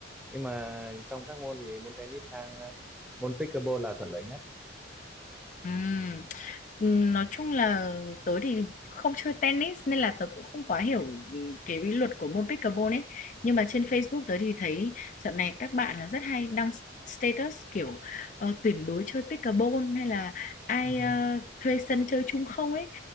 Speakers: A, in the centre; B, on the left (about 40°).
A: nhưng mà trong các môn thì môn tennis sang à, môn pickleball là thuận lợi nhất
B: Ừm, ừm, Nói chung là tớ thì không chơi tennis nên là tớ cũng không quá hiểu cái luật của môn pickleball ấy. Nhưng mà trên Facebook tớ thì thấy dạo này các bạn là rất hay đăng status kiểu ờ, tuyển đối chơi pickleball hay là ai
A: ừ.
B: ờ,
A: <laughs>
B: thuê sân chơi chung không ấy.